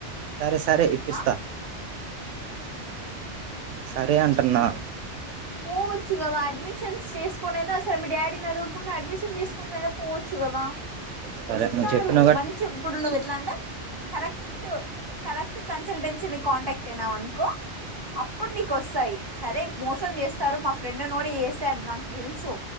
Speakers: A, on the right; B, on the right.
A: సరే సారే ఇప్పిస్తా
B: ఆ
A: సరే అంటున్నా
B: పోవచ్చు కదా అడ్మిషన్స్ చేసుకోనైనా సరే మీ డాడీ నన్ను అడగకుండా అడ్మిషన్ చేసుకుందైనా పోవచ్చు కదా
A: సరే
B: ఇస్తారు
A: నువ్వు చెప్పినవ్గా
B: మంచి ఇప్పుడు నువ్వు ఎట్లా అంటే కరెక్ట్ కరెక్ట్ కన్సల్టెన్సీ ని కాంటాక్ట్ అయినవనుకో అప్పుడు నీకు వస్తాయి సరే మోసం చే స్తారు మా ఫ్రెండ్ ను కూడా ఏసాడు నా తెలుసు